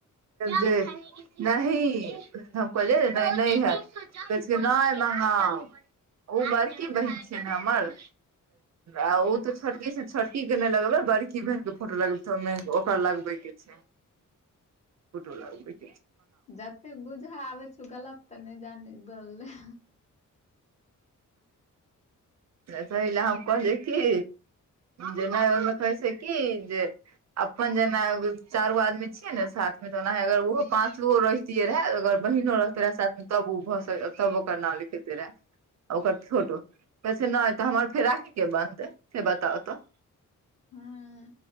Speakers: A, on the right; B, on the left.
A: जे नहि हम कहलियै नैय नै हैत, कहै छै की नै मगाउ। ओ बड़की बहिन छिय न हमर, आ ओ तऽ छोटकीसँ छोटकी। नै लगबै, बड़की बहिन के फोटो लगेबै ओइमे ओकर लगबै के छै। फोटो लगबै।
B: जते बुझा आबै छौ, गलत तऽ नहि जानी बोलले।
A: त तही ले हम कहलियै की, जे नै ओइमे कहै छै की जे अपन जेना चारो आदमी छिये ने साथ में, तनाहे अगर ओहो पाचो रह तियै रहे, अगर बहिनो रहते रहे साथमे, तब ओ भऽ तब ओकर नाम लिखेते रहे। आ ओकर फोटो। कहै छै नै, तऽ हमर फेर राखी के बहतै से बताउ तऽ।
B: हँ